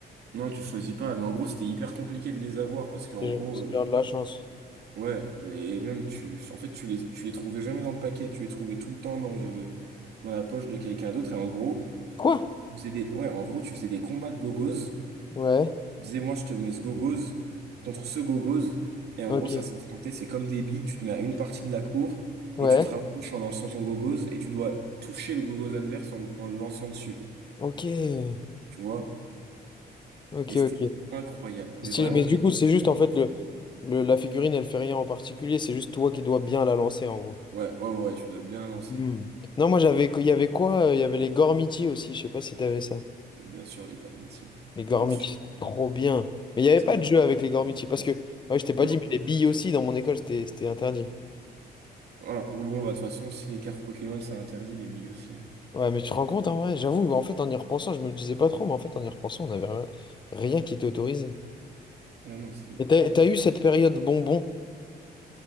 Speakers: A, on the right; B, on the left.
A: Non, tu choisis pas. Mais en gros, c'était hyper compliqué de les avoir parce qu'en
B: C'est
A: gros,
B: c'est genre
A: euh,
B: de la chance.
A: Ouais, et même tu, en fait, tu les, tu les trouvais jamais dans le paquet, tu les trouvais tout le temps dans le, dans la poche de quelqu'un d'autre. Et en gros,
B: Quoi?
A: tu faisais des, ouais, en gros, tu faisais des combats de gogos.
B: Ouais,
A: Tu disais, moi, je te mets ce gogos contre ce gogos. Et
B: ok.
A: en gros, ça s'affrontait, c'est comme des billes. Tu te mets à une partie de la cour
B: Ouais,
A: et tu te rapproches en lançant ton gogos et tu dois toucher le gogos adverse en, en le lançant dessus.
B: ok.
A: Tu vois?
B: Ok,
A: Et
B: ok.
A: c'était incroyable, mais
B: Stylé.
A: vraiment.
B: Mais du
A: et-
B: coup, c'est juste, en fait, le, le, la figurine, elle fait rien en particulier. C'est juste toi qui dois bien la lancer, en gros.
A: Ouais, ouais, ouais, ouais, tu dois bien lancer.
B: Hmm. Non, moi j'avais, il y avait quoi? euh, Il y avait les Gormiti aussi, je sais pas si t'avais ça.
A: Bien sûr, les Gormiti.
B: Les Gormiti,
A: Bien sûr.
B: c'était trop bien. Mais il n'y avait
A: C'était
B: pas
A: incroyable.
B: de jeu avec les Gormiti parce que, ouais, je t'ai pas
A: Non.
B: dit, mais les billes aussi dans mon école, c'était c'était interdit.
A: Ouais, bon, bah, de toute façon, si les cartes Pokémon, ça interdit les billes aussi. hein.
B: Ouais, mais tu te rends compte en vrai, j'avoue, en fait en y repensant, je me disais pas trop, mais en fait en y repensant, on n'avait rien, rien qui était autorisé.
A: Ouais, non, c'était.
B: Et t'as, t'as eu cette période bonbon?